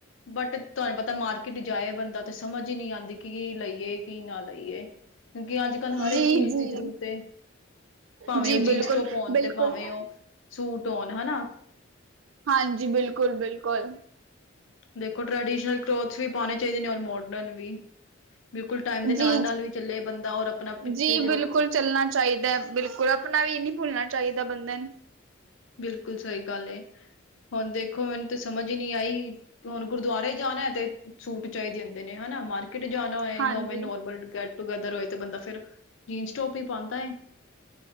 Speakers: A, on the left (about 75°); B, on the right (about 70°).
A: ਬਟ ਤੁਹਾਨੂੰ ਪਤਾ ਮਾਰਕੀਟ ਜਾਏ ਬੰਦਾ ਤੇ ਸਮਝ ਹੀ ਨਹੀਂ ਆਉਂਦੀ ਕਿ ਲਈ ਏ ਕੀ ਨਾ ਲਈਏ ਕਿਉਂਕਿ ਅੱਜ ਕੱਲ ਹਰ
B: ਜੀ-ਜੀ,
A: ਇੱਕ ਚੀਜ਼ ਦੀ ਜ਼ਰੂਰਤ ਹੈ ਭਾਵੇਂ
B: ਜੀ
A: ਉਹ
B: ਬਿਲਕੁਲ-ਬਿਲਕੁਲ
A: ਜੀਨਸ ਟੋਪ ਉਣ ਤੇ ਭਾਵੇਂ ਉਹ ਸੂਟ ਉਣ ਹਨਾ
B: ਹਾਂਜੀ ਬਿਲਕੁਲ ਬਿਲਕੁਲ
A: ਦੇਖੋ ਟਰੈਡੀਸ਼ਨਲ ਕਲੋਥਸ ਵੀ ਪਾਉਣੇ ਚਾਹੀਦੇ ਨੇ ਔਰ ਮੋਡਰਨ ਵੀ ਬਿਲਕੁਲ ਟਾਈਮ ਦੇ ਨਾਲ
B: ਜੀ
A: ਨਾਲ ਵੀ ਚੱਲੇ ਬੰਦਾ ਔਰ ਆਪਣਾ ਪਿੱਛੇ
B: ਜੀ ਬਿਲਕੁਲ
A: ਜੋ
B: ਚੱਲਣਾ ਚਾਹੀਦਾ ਬਿਲਕੁਲ ਆਪਣਾ ਵੀ ਨਹੀਂ ਭੁੱਲਣਾ ਚਾਹੀਦਾ ਬੰਦੇ ਨੂੰ
A: ਬਿਲਕੁਲ ਸਹੀ ਗੱਲ ਏ ਹੁਣ ਦੇਖੋ ਮੈਨੂੰ ਤਾਂ ਸਮਝ ਹੀ ਨਹੀਂ ਆਈ ਹੁਣ ਗੁਰਦੁਆਰੇ ਜਾਣਾ ਹੈ ਤੇ ਸੂਟ ਚਾਹੀਦੇ ਹੁੰਦੇ ਨੇ ਹਨਾ ਮਾਰਕੀਟ ਜਾਣਾ ਹੋ
B: ਹਾਂਜੀ
A: ਜਾਂ ਉਵੇਂ ਨੋਰਮਲ ਟੂਗੈਦਰ ਹੋਏ ਤਾਂ ਬੰਦਾ ਫਿਰ ਜੀਨਸ ਟੋਪ ਹੀ ਪਾਉਂਦਾ ਏ